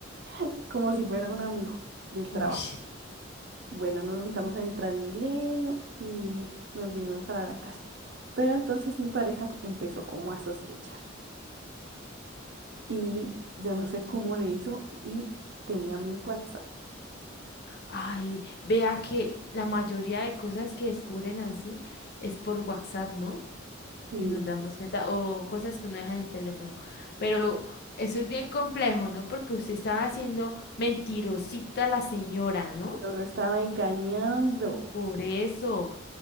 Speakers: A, on the right; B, on the left.
A: <laughs> como si fuera un amigo del trabajo.
B: Ujú, ush.
A: Bueno, nos montamos en el Transmilenio y nos vinimos para la casa. Pero entonces mi pareja empezó como a sospechar y yo no sé cómo le hizo y tenía mi WhatsApp.
B: Ay, vea que la mayoría de cosas que descubren así es por WhatsApp, ¿no?
A: Sí,
B: y nos damos cuenta, o cosas que uno deja en el teléfono. Pero eso es bien complejo, ¿no? Porque usted estaba haciendo mentirosita a la señora, ¿no?
A: Yo lo estaba engañando.
B: Por eso,